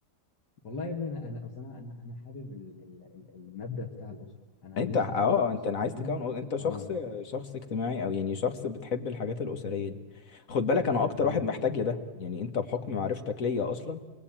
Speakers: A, on the left (about 75°); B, on the left (about 55°).
A: والله يا ابني انا انا اصلا انا انا أنا حابب ال- ال- ال- المبدأ بتاع الاسره انا
B: انت
A: أنا نفسي
B: اه
A: اكون
B: اه،
A: اسره
B: انت انا
A: فاهم
B: عايز تكون انت شخص
A: اه
B: شخص اجتماعي او يعني شخص بتحب الحاجات الاسريه دي خد بالك انا اكتر
A: اه
B: واحد محتاج لده يعني انت بحكم معرفتك ليا اصلا